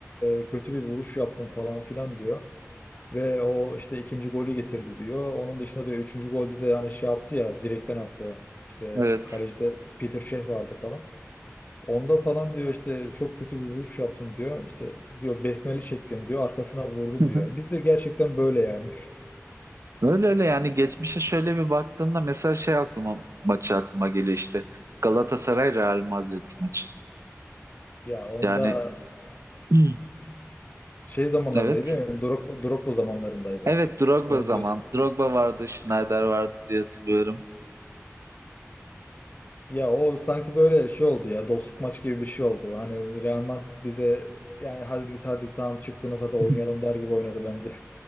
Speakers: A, on the left; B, on the right.
A: e, kötü bir vuruş yaptım falan filan diyor. Ve o işte ikinci golü getirdi diyor. Onun dışında diyor üçüncü golde de yani şey yaptı ya direkten attı. İşte
B: Evet.
A: kalecide Peter Cech vardı falan. Onda falan diyor işte çok kötü bir vuruş yaptım diyor. İşte diyor besmele çektim diyor. Arkasına vurdum
B: <laughs>
A: diyor. Biz de gerçekten böyle yani. <laughs>
B: Öyle öyle yani geçmişe şöyle bir baktığımda mesela şey aklıma maçı aklıma geliyor işte Galatasaray Real Madrid maçı.
A: Ya onda
B: Yani <clears throat> Hı.
A: şey zamanlarındaydı
B: evet.
A: değil mi? Drogba, Drogba zamanlarındaydı.
B: Evet Drogba
A: Onu
B: zaman.
A: diyorsun.
B: Drogba vardı, Schneider vardı diye hatırlıyorum.
A: Ya o sanki böyle şey oldu ya dostluk maç gibi bir şey oldu. Hani Real Madrid bize yani hadi git hadi tamam çıktınız hadi oynayalım
B: <laughs>
A: der gibi oynadı bence.